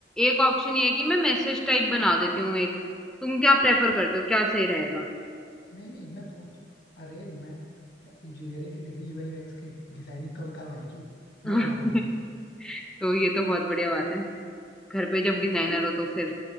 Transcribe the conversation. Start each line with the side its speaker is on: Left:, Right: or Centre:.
Centre: एक ऑप्शन ये है कि मैं मैसेज टाइप बना देती हूँ एक तुम क्या प्रेफर करते हो क्या सही रहेगा
Left: नहीं नहीं मैं पूछ अरे मैं, मैं इंजीनियरिंग की डिग्री यूआई यूएक्स की डिजाइनिंग कब काम आएगी
Centre: <laughs>
Left: मैं बना दूंगा
Centre: तो ये तो बहुत बढ़िया बात है घर पे जब डिजाइनर हो तो फिर